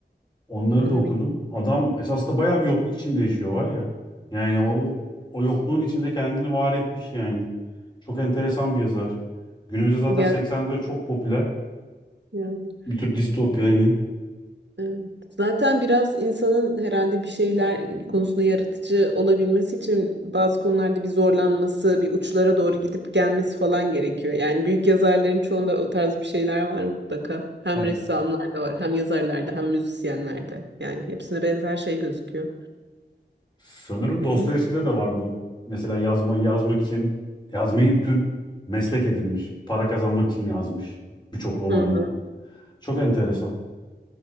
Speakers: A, on the left (about 25°); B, on the right (about 75°).
A: Onları
B: Onu
A: da okudum.
B: bir
A: Adam esasında bayağı bir yokluk içinde yaşıyor var ya. Yani o o yokluğun içinde kendini var etmiş yani. Çok enteresan bir yazar. Günümüzde zaten
B: gel
A: 84 çok popüler.
B: yani.
A: Bir tür distopya yani.
B: Evet. Zaten biraz insanın herhalde bir şeyler konusunda yaratıcı olabilmesi için bazı konularda bir zorlanması, bir uçlara doğru gidip gelmesi falan gerekiyor. Yani büyük yazarların çoğunda o tarz bir şeyler var mutlaka. Hem
A: Evet.
B: ressamlarda var, hem yazarlarda, hem müzisyenlerde. Yani hepsinde benzer şey gözüküyor.
A: Sanırım Dostoyevski'de
B: Hı
A: de var bu. Mesela yazma yazmak için yazmayı bir tür meslek edinmiş. Para kazanmak için yazmış birçok romanını.
B: hı.
A: Çok enteresan.